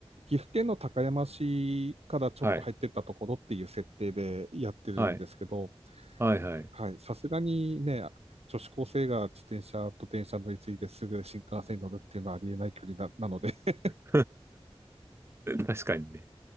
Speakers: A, on the right (about 80°); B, on the right (about 25°).
A: 岐阜県の高山市からちょっと入ってったところっていう設定でやってるんですけど、
B: はい。はい。はい、はい。
A: はい、さすがにね、女子高生が自転車と電車乗り継いですぐ新幹線に乗るっていうのはありえない距離な、なので、<laughs>
B: <laughs> 確かにね。